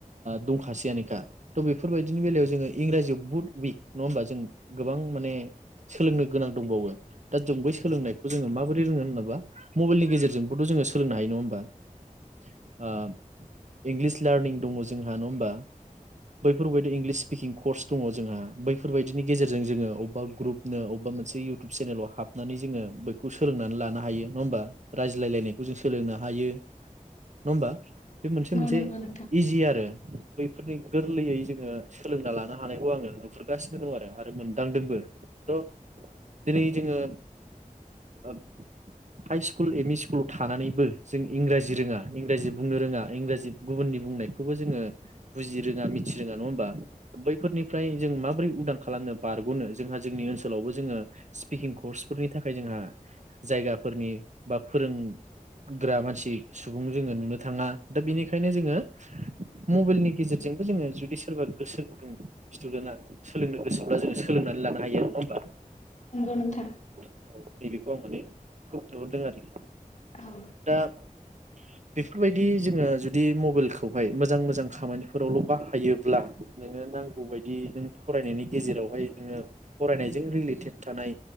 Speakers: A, on the right (about 55°); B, on the left (about 55°).
A: दंखासैयनोखा तह बेफोरबायदिनि बेलायाव जोङो इंराजियाव बुहुत उइक नङा होमबा जों गोबां माने सोलोंनो गोनां दंबावो दा जों बै सोलोंनायखौ जोङो माबोरै रोङो होनाबा मबाइलनि गेजेरजोंबोथ' जोङो सोलोंनो हायो नङा होमबा? <inaudible> आ इंलिस लार्निं दङ जोंहा नङा होमबा? बैफोरबायदि इंलिस किं कर्स दङ जोंहा बैफोरबायदिनि गेजेरजों जोङो अबेबा ग्रुप नो अबेबा मोनसे इउटुब चेनेलाव हाबनानै जोङो बैखौ सोलोंनानै लानो हायो नङा होमबा? रायज्लायलायनायखौ जों सोलोंनो हायो नङा ओमबा? बे मोनसे मोनसे
B: नंगौ नोंथां
A: इजि आरो बैफोरनि गोरलैयै जोङो सोलोंना लानो हानायखौ आङो नुहुरगासिनो दं आरो आरो मोनदांदोंबो थ' दिनै जोङो ओ हाइ स्कुल एमइ स्कुलाव थानानैबो जों इंराजि रोङा इंराजि बुंनो रोङा इंराजि गुबुननि बुंनायखौबो जोङो बुजि रोङा मिथि रोङा नङा होमबा बैफोरनिफ्राय जों माबोरै उदां खालामनो बारग'नो जोंहा जोंनि ओनसोलावबो जोङो स्पिकिं कर्सफोरनि थाखाय जोंहा जायगाफोरनि बा फोरोंग्रा मानसि सुबुं जोङो नुनो थाङा। दा बेनिखायनो जोङो मबाइलनि गेजेरजोंबो जोङो जुदि सोरबा गोसो गुदुं स्टुडेन्टआ सोलोंनो गोसोब्ला जोङो सोलोंनानै लानो हायो नङा होमबा?
B: नोंगौ नोंथां
A: औ नैबेखौ आं माने <unintelligible> आरोखि
B: औ
A: दा बेफोरबायदि दि जोङो जुदि मबाइलखौहाय मोजां मोजां खामानिफोरावल' बाहायोब्ला नोङो नांगौ बायदि नों फरायनायनि गेजेरावहाय नोङो फरायनायजों रिलेटेड थानाय